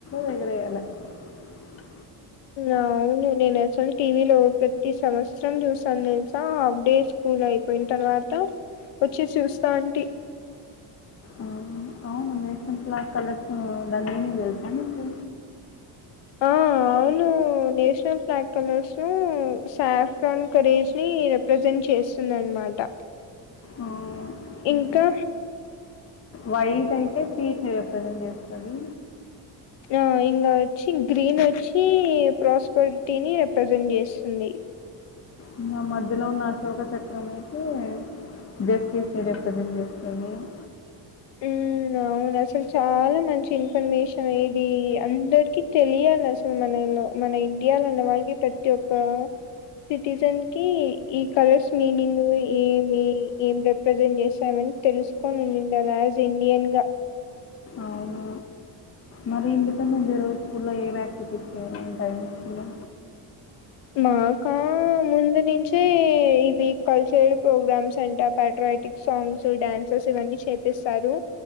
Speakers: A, on the left; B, on the left.
A: వగర అలా <unintelligible>
B: అవును నేను అసలు టీవీలో ప్రతి సంవత్సరం చూసాను తెలుసా హాఫ్ డేస్ స్కూల్ అయిపోయిన తర్వాత వచ్చి చూస్తా అంటే
A: ఉం నేషనల్ ఫ్లాగ్ కలర్స్ దాని మీనింగ్ తెలుసా నీకు
B: ఆ అవును నేషనల్ ఫ్లాగ్ కలర్స్ ను సాఫ్రాన్ కరేజ్ ని రిప్రజెంట్ చేస్తున్నారు అన్నమాట
A: ఆ! హ్మ్.
B: ఇంకా
A: వైట్ అయితే పీస్ ని రిప్రజెంట్ చేస్తది
B: ఆ ఇంగ వచ్చి గ్రీన్ వచ్చి ప్రాస్పరిటీని రి ప్ర్రజెంట్ చేస్తుంది
A: ఇంగ మధ్యలో ఉన్న అశోక చక్రం అయితే వస్తి మీ రే కది వస్ అ <unintelligible>
B: ఉమ్ అవును అసలు చాలా మంచి ఇన్ఫర్మేషన్ ఇది అందరికి తెలియాలి అసలు మనలో మన ఇండియాలో ఉన్న వాళ్ళకి ప్రతి ఒక్క సిటిజన్ కి ఈ కలర్స్ మీనింగ్ ఏమి ఏం రిప్రజెంట్ చేస్తా తెలుసుకొనిండాల యాజ్ ఇండియన్ గా
A: అవును. మరి ఇండిపెండెంట్ ఏ రోజు స్కూల్లో ఏం యాక్టివిటీస్ యంటాయి మీ స్కూల్లో
B: మాకా ముందు నుంచి ఈవి కల్చరల్ ప్రోగ్రామ్స్ అంట పట్రాయాటిక్ సాంగ్స్ డ్యాన్సెస్ ఇవన్నీ చేపిస్తారు